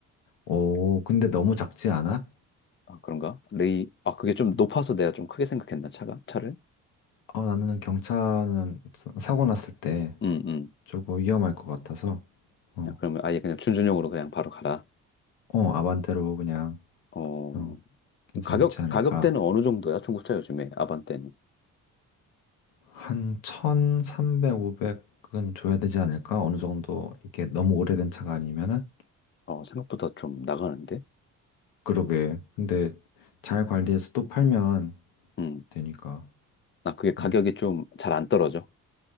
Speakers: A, on the left (about 80°); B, on the left (about 30°).
A: 오, 근데 너무 작지 않아?
B: 아, 그런가? 레이. 아, 그게 좀 높아서 내가 좀 크게 생각했나, 차가? 차를?
A: 어, 나는 경차는 사- 사고 났을 때
B: 음, 음.
A: 조금 위험할 것 같아서, 어,
B: 야, 그러면 아예 그냥 준준형으로 그냥 바로 가라.
A: 어, 아반떼로 그냥,
B: 어,
A: 어, 괜찮지
B: 가격,
A: 않을까.
B: 가격대는 어느 정도야? 중고차 요즘에 아반떼는.
A: 한 1,300, 500은 줘야 되지 않을까? 어느 정도, 이게 너무 오래된 차가 아니면은?
B: 어, 생각보다 좀 나가는데?
A: 그러게. 근데 잘 관리해서 또 팔면
B: 음.
A: 되니까.
B: 나 그게 가격이
A: 음.
B: 좀 잘 안 떨어져.